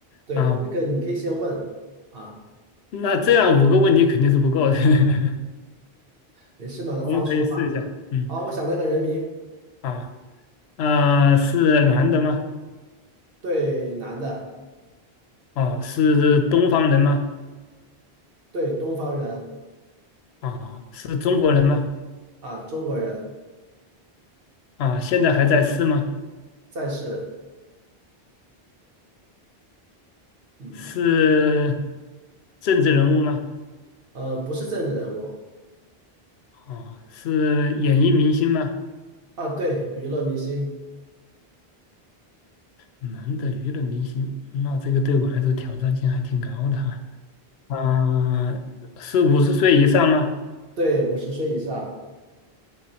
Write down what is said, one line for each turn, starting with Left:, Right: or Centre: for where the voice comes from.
Right: 对，
Left: 啊。
Right: 这个你可以先问啊，
Left: 那这样五个问题肯定是不够的，<laughs>
Right: 没事嘛，
Left: 我们可以试一下。
Right: 放松嘛。
Left: 嗯。
Right: 好，我想那个人名，
Left: 啊。啊、是男的吗？
Right: 对，男的，
Left: 哦，是东方人吗？
Right: 对，东方人
Left: 啊、是中国人吗？
Right: 啊，中国人，
Left: 啊、现在还在世吗？
Right: 在世，嗯，
Left: 是政治人物吗？
Right: 呃，不是政治人物
Left: 啊、是演艺明星吗？
Right: 啊，对，娱乐明星，
Left: 男的娱乐明星，那这个对我来说挑战性还挺高的哈。啊、是五十岁以上吗？
Right: 对，五十岁以上，